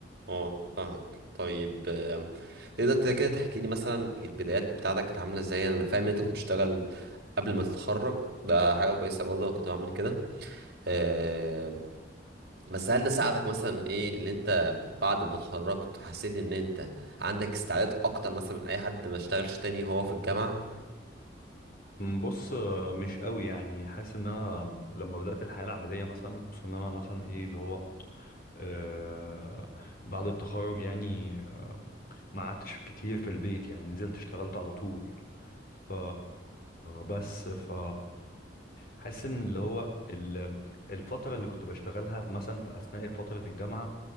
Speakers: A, on the right; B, on the left.
A: اه فاهمك طيب آم، تقدر ت- كده تحكي لي مثلا البدايات بتاعتك كانت عامله ازاي انا فاهم ان انت كنت بتشتغل قبل ما تتخرج ده حاجه كويسه برضه انا كنت بعمل كده آم، بس هل ده ساعدك مثلا ايه اللي انت بعد ما اتخرجت حسيت ان انت عندك استعداد اكتر مثلا من اي حد ما اشتغلش تاني وهو في الجامعة
B: م، بص آه، مش قوي يعني حاسس ان انا لما بدأت الحياة العملية مثلا خصوصا ان انا مثلا ايه اللي هو آه بعد التخرج يعني ما قعدتش كتير في البيت يعني نزلت اشتغلت على طول ف بس ف حاسس ان اللي هو ال- الفترة اللي كنت بشتغلها في- مثلا في اثناء فترة الجامعة